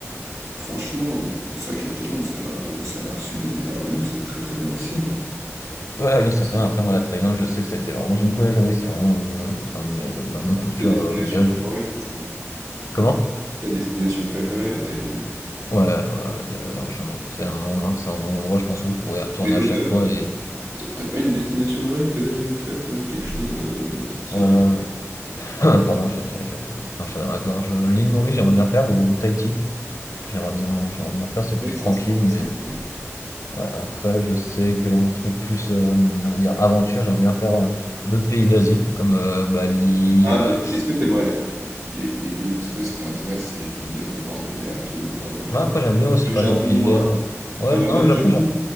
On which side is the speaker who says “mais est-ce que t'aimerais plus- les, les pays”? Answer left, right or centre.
Right